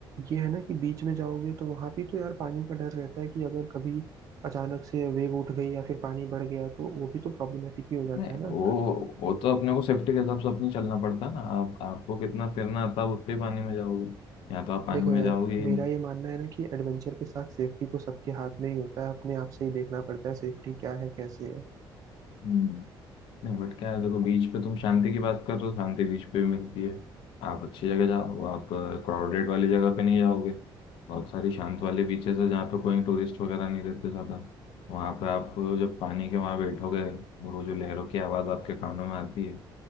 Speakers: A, on the right; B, on the left.
A: ये है ना कि बीच में जाओगे तो वहां भी तो यार पानी का डर रहता है कि अगर कभी अचानक से वेव उठ गई या फिर पानी बढ़ गया तो वो भी तो प्रॉब्लमेटिक भी हो जाता
B: नहीं
A: है ना
B: वो वो तो अपने को सेफ्टी के हिसाब से अपनी चलना पड़ता है ना आप आपको कितना तैरना आता है आप उतने ही पानी में जाओगे या तो आप पानी
A: देखो
B: में
A: यार
B: जाओगे ही
A: मेरा
B: नहीं
A: ये मानना है ना कि एडवेंचर के साथ सेफ्टी तो सबके हाथ में ही होता है अपने आप से ही देखना पड़ता है सेफ्टी क्या है कैसे है
B: हम्म नहीं बट क्या है देखो बीच पे तुम शांति की बात कर रहे हो शांति बीच पे भी मिलती है आप अच्छी जगह जाओ आप क्राउडेड वाली जगह पे नहीं जाओगे बहुत सारी शांत वाले बीचेस है जहाँ पे कोई टूरिस्ट वगैरह नहीं रहते ज़्यादा वहाँ पे आप जब पानी के वहाँ बैठोगे वो जो लहरों की आवाज़ आपके कानों में आती है